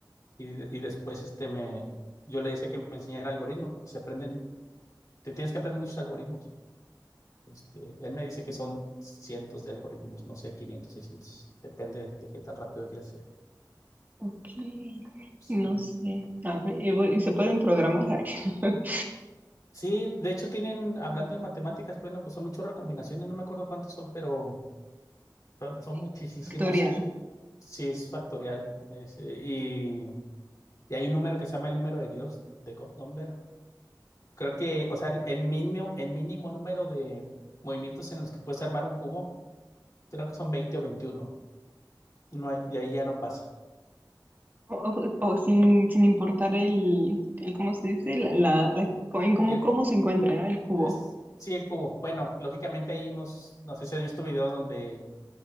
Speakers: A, on the left (about 50°); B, on the right (about 25°).
A: Y, y después este me, yo le decía que me enseñara algoritmos, porque se aprenden, te tienes que aprender muchos algoritmos. Este, él me dice que son cientos de algoritmos, no sé, 500 seiscientos depende de, de qué tan rápido quieras hacerlo.
B: Ok,
A: Sí.
B: no sé. A ver, y bu- y se pueden programar <laughs>
A: Sí, de hecho tienen, hablando de matemáticas, bueno, pues son un chorro de combinaciones no me acuerdo cuántas son, pero son, son
B: ay,
A: muchísimas.
B: factorial.
A: Sí, es factorial. es, eh, y, y hay un número que se llama el número de Dios, de God Number, Creo que, o sea, el, el mínimo, el mínimo número de movimientos en los que puedes armar un cubo, creo que son 20 o veintiuno No hay- de ahí ya no pasa.
B: O, o- o sin, sin importar el, el, ¿cómo se dice? La, la, la- co- en cómo,
A: El,
B: cómo se encuentra, ¿no? El cubo.
A: es, sí, el cubo. Bueno, lógicamente hay unos, no sé si has visto videos donde